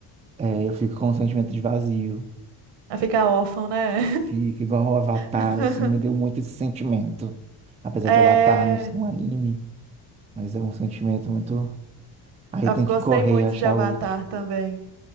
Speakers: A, on the right; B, on the right.
A: é, eu fico com um sentimento de vazio.
B: A ficar órfão, né?
A: Fica igual o Avatar,
B: <laughs>
A: assim, me deu muito esse sentimento. Apesar
B: É.
A: de Avatar não ser um anime, mas é um sentimento muito. Aí
B: Eu
A: tem
B: gostei
A: que correr
B: muito
A: e achar
B: de Avatar
A: outro.
B: também.